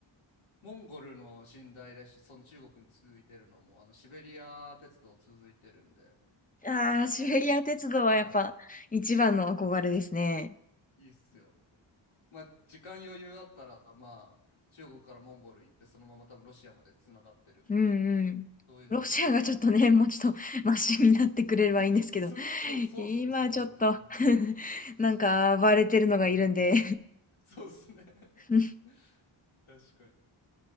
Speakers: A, on the left; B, on the left.
A: モンゴルの寝台列車、その中国に続いてるのも、あの、シベリア鉄道続いてるんで、
B: ああ、
A: 結構、
B: シベリア鉄道はやっぱ一番の憧れですね。
A: はい、いいっすよ。まあ、時間余裕あったら、まあ、中国からモンゴル行って、そのまま多分ロシアまでつながってるんで、
B: うんうん。
A: そういうのもできると思う。
B: ロシアがちょっとね、もうちょっとマシになってくれればいいんですけど、
A: <laughs> そ、そう、そうっすね、
B: 今ちょっと
A: そうだね、今。
B: <laughs>
A: 確かに。
B: なんか暴れてるのがいるんで
A: <laughs> そうっすね。<laughs>
B: <laughs>
A: 確かに。